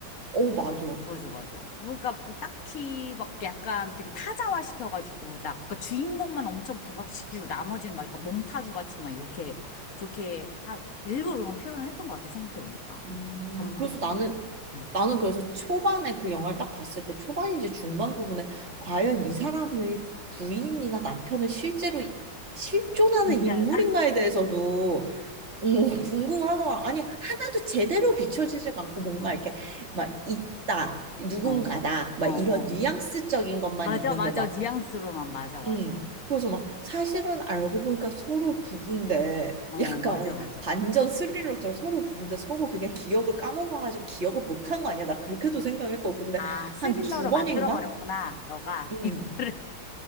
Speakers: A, on the right; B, on the left.
A: 어 맞아.
B: 맞아, 맞아. 그러니까 뭐 딱히 막 약간 되게 타자화 시켜가지고, 딱, 그 주인공만 엄청 부각시키고, 나머지는 막 약간 몽타주 같이 막 이렇게, 그렇게, 하, 일부러 그런 표현을 했던 것 같아, 생각해보니까.
A: 음,
B: 감독이.
A: 그래서 나는
B: 음.
A: 나는 그래서 초반에 그 영화를 딱 봤을 때 초반인지 중반 부분에 과연 이 사람의 부인이나 남편을 실제로 실존하는
B: 뭔지
A: 인물인가에
B: 알까?
A: 대해서도 오, 궁금하더라. 아니, 하나도 제대로 비춰지지 않고 뭔가
B: 어,
A: 이렇게 막 있다, 누군가다,
B: 어,
A: 막
B: 어, 어.
A: 이런 뉘앙스적인
B: 어.
A: 것만
B: 맞아,
A: 있는데
B: 맞아.
A: 막
B: 뉘앙스로만, 맞아, 맞아,
A: 음.
B: 맞아.
A: 그래서 막 사실은 알고 보니까 서로 부부인데
B: 어,
A: 약간
B: 맞아, 맞아.
A: 반전 스릴러처럼 서로 부부인데 서로 그냥 기억을 까먹어가지고 기억을 못한 거 아니야? 나 그렇게도 생각했고 근데
B: 아, 스릴러로
A: 한 두 번인가?
B: 만들어버렸구나, 너가.
A: 음.
B: <laughs> 영화를.